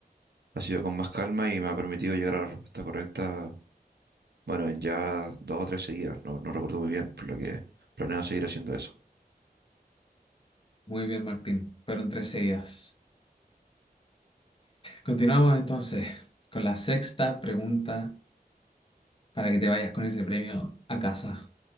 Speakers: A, on the right; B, on the left.
A: ha sido con más calma y me ha permitido llegar a la respuesta correcta, bueno, en ya dos o tres seguidas, no, no recuerdo muy bien, por lo que planeo seguir haciendo eso.
B: Muy bien, Martín. Fueron tres seguidas. Continuamos entonces con la sexta pregunta para que te vayas con ese premio a casa